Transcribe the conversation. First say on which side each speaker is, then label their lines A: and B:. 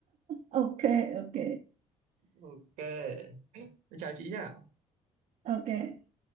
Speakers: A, on the right; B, on the right.
A: ok ok
B: ok em chào chị nhỉ
A: ok